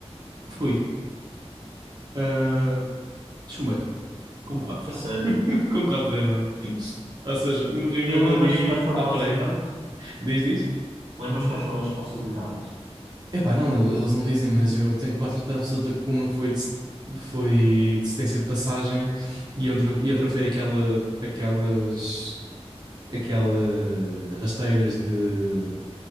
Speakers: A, on the right; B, on the right.
A: Fui. Ah, chumbei, com 4
B: A sério.
A: <laughs> Com 4 errados. Ou seja, morri mesmo
B: E lembras-te
A: ali
B: quais foram
A: à praia.
B: as erradas?
A: Diz, diz?
B: Lembras quais foram as respostas erradas?
A: Epá, não, ele- eles não dizem, mas eu tenho quase certeza absoluta que uma foi de, foi de assistência de passagem e outra, e outra foi aquela, aquelas, aquelas rasteiras de